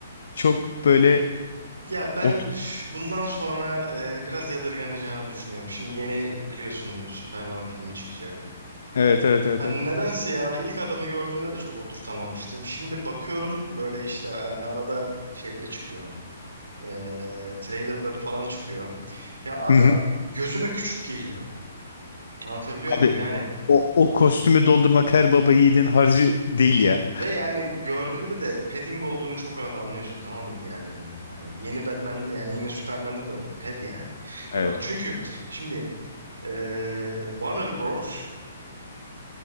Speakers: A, on the left (about 70°); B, on the right (about 80°).
A: çok böyle
B: Ya ben
A: otur.
B: ş- bundan sonra e, biraz yadırganacağını düşünüyorum. Şimdi yeni biliyorsun Superman filmi çıkacak.
A: Evet evet evet
B: Hani
A: evet.
B: nedense
A: evet.
B: yani ilk adamı gördüğümde de çok oturtamamıştım. Şimdi bakıyorum böyle işte hani arada şeyleri çıkıyor. E, trailerları falan çıkıyor. Ya abi
A: Hı hı.
B: gözüme küçük geliyor. Anlatabiliyor muyum?
A: Abi
B: Yani
A: o, o kostümü doldurmak her baba yiğidin harcı değil ya.
B: ve yani gördüğümde de padding olduğunu çok rahat anlıyorsun tamam mı diğerlerinin. Hani yeni Batman'de yani yine Superman'de de öyle. Pad yani.
A: Evet.
B: Ya bak çünkü şimdi Ee, Warner Bros.